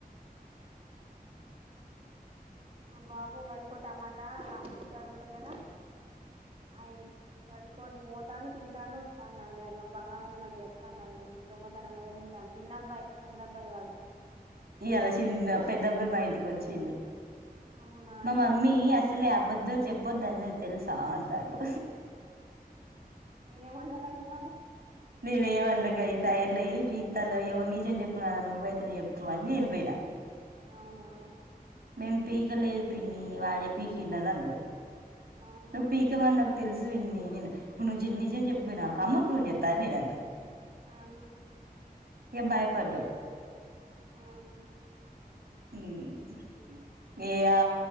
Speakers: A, on the right; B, on the right.
A: బాబు గడికో టమాటా రాముల్కయలు ఉంటాయి కదా అయి గడికోటి పోతండు తింటాను వస్తానుండి అయ్య బంగారంందిేని అనీ ఇస్తాండండీ దొంగతనంగా తింటాను చిన్న అబ్బాయి పెద్ద అబ్బాయి కాదు
B: ఇయ్యాల చిన్న పెద్ద అబ్బాయి మా ఇంటికి వచ్చిళ్ళు
A: అవునా
B: మా మమ్మీ అసలు ఆ బద్ద్దల్ చెప్ప పొద్దున్న మీది తెలుసా అంటాండు
A: మీరేమన్నారండి మరి
B: నేనే మ లగాయి టాయి ల పీక్తాగా ఎవరు నిజం చెప్పినాన నువ్వు అయితే్నే చెప్తావ్ అని నేను బోయిన
A: అవునా
B: మేం పీకలేదు పిన్ని వాడే పీకిండు ఆది అన్నాడు
A: ఆహా
B: నువ్ పీకవని నాకు తెల్సు సన్ని నేను ఇప్పుడు నిజం చెప్పిపోయిన వణుకో అమ్మ కి ఫోన్ చేస్తా అని నేను అన్న
A: ఆహా
B: ఇగా భయపడ్డడు
A: ఆను
B: ఉం ఏ ఆ